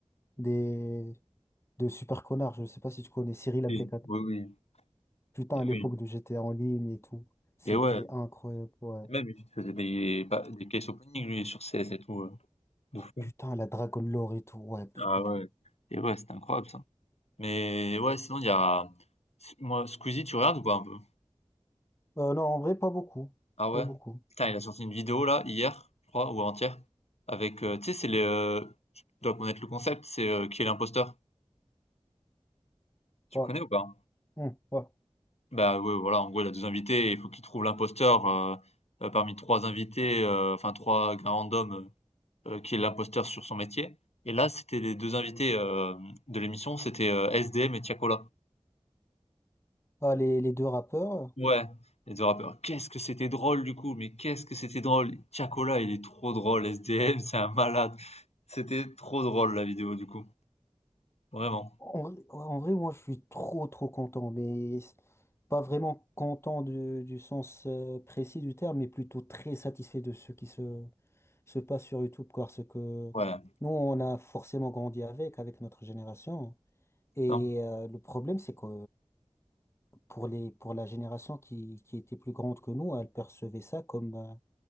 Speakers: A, on the left; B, on the left.
A: des, de Super Connard. Je sais pas si tu connais Cyril
B: oui,
A: mp
B: oui, oui,
A: Putain,
B: et
A: à l'époque
B: oui,
A: de GTA en ligne et tout, c'était
B: et ouais,
A: incroyable, ouais.
B: et même il faisait des, pa- des case opening lui sur CS et tout, euh, de fou.
A: Putain, la Dragon Lore et tout, ouais, putain.
B: Ah ouais, et ouais, c'était incroyable ça. Mais ouais, sinon il y a, moi, Squeezie, tu regardes ou pas un peu?
A: Euh, non, en vrai, pas beaucoup.
B: Ah
A: Pas
B: ouais?
A: beaucoup.
B: Putain, il a sorti une vidéo là, hier, je crois, ou avant-hier, avec, euh, tu sais, c'est les, euh, tu dois connaître le concept, c'est euh, qui est l'imposteur. Tu
A: Ouais,
B: connais ou pas?
A: Hmm, ouais.
B: Bah ouais, voilà, en gros, il a deux invités, et il faut qu'il trouve l'imposteur euh, euh, parmi trois invités, euh, enfin trois gars randoms euh, heu, qui est l'imposteur sur son métier. Et là, c'était les 2 invités, heu, de l'émission, c'était, euh, S. D. M. et Tiakola.
A: Ah, les, les deux rappeurs,
B: Ouais, les 2 rappeurs. Qu'est-ce que c'était drôle du coup, mais qu'est-ce que c'était drôle! Tiakola, il est trop drôle, S. D. M. c'est un malade. C'était trop drôle la vidéo du coup, vraiment.
A: en, vrai, ouais, en vrai, moi, je suis trop, trop content, mais c'est pas vraiment content du, du sens euh, précis du terme, mais plutôt très satisfait de ce qui se, se passe sur YouTube, quoi, parce que
B: Ouais,
A: nous, on a forcément grandi avec, avec notre génération.
B: putain,
A: Et euh, le problème, c'est que pour les, pour la génération qui, qui était plus grande que nous, elle percevait ça comme, euh,